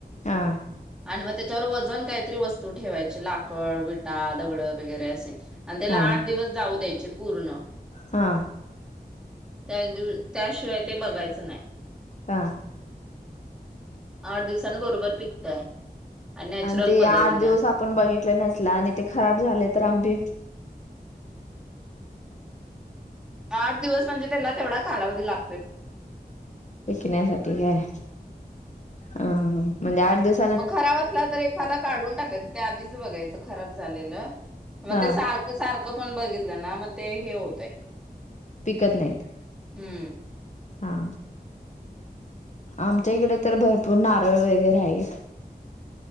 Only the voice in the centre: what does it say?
आणि मग त्याच्यावर वजन काहीतरी वस्तू ठेवायची. लाकड, विटा, दगड वगैरे असे आणि त्याला
आठ दिवस जाऊ द्यायचे पूर्ण.
त्या दिव त्याशिवाय ते बघायचं नाही.
आठ दिवसान बरोबर पिकतय. नॅचरल
पद्धतीनं
आठ दिवस म्हणजे त्याला तेवढा कालावधी लाग
म खराब असला तर एखादा काढुन टाकायच तें आधींच बघायच खराब झालेलं मगं
ते सारख ते सारखं पण बघितलं ना मग ते हें होतयं-
हुं.